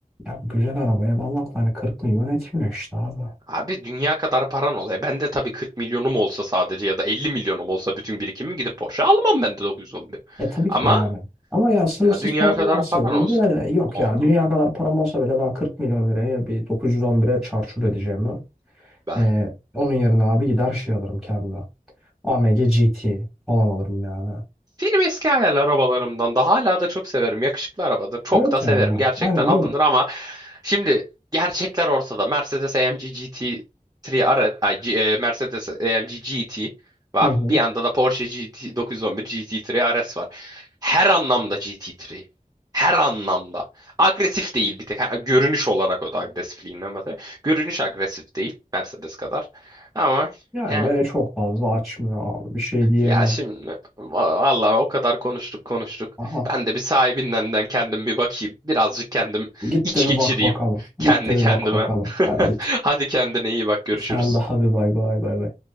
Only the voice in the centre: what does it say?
Ya güzel araba eyvallah da hani 40 milyon etmiyor işte abi.
E tabii
ki de yani. Ama ya sınırsız
param
varsa
yine
de yok
ya dünya kadar param olsa bile ben 40 milyon liraya bir 911'e çarçur edeceğim
ben. E, onun yerine abi gider şey alırım kendime. AMG GT falan alırım yani.
Evet
yani.
Aynen
öyle.
Hı hı.
Yani
beni çok fazla açmıyor abi. Bir şey diyemiyorum.
Aha.
Git
de bir
bak bakalım. Git
de
bir bak bakalım.
Hadi git.
Sen daha bir bay bay bay bay.